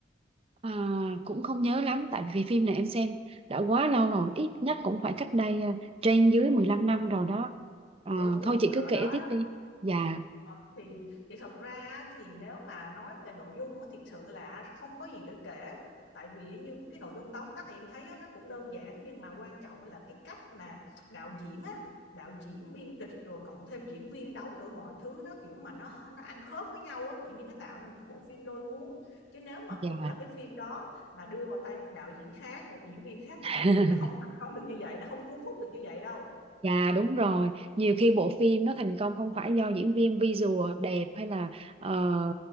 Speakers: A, on the right; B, on the left.
A: à, cũng không nhớ lắm tại vì phim này em xem đã quá lâu rồi ít nhất cũng phải cách đây à, trên dưới 15 năm rồi đó à,
B: Đúng đúng
A: thôi chị
B: cỡ
A: cứ kể
B: đó
A: tiếp
B: đó.
A: đi dạ
B: Ờ, thì thì thật ra á, thì nếu mà nói về nội dung á, thiệt sự là không có gì để kể tại vì á, như cái nội dung tóm tắt em thấy á, nó cũng đơn giản nhưng mà quan trọng là cái cách mà đạo diễn á đạo diễn biên kịch rồi cộng thêm diễn viên đóng nữa mọi thứ nó kiểu mà nó nó ăn khớp với nhau á tự nhiên nó tạo nên một cái bộ phim lôi cuốn chứ nếu mà
A: dạ
B: cũng là cái phim đó mà đưa vào tay một đạo diễn khác một diễn viên khác
A: <laughs>
B: thì chị nghĩ nó không thành công được như vậy nó không cuốn hút được như vậy đâu
A: Dạ đúng rồi, nhiều khi bộ phim nó thành công không phải do diễn viên visual đẹp hay là ờ,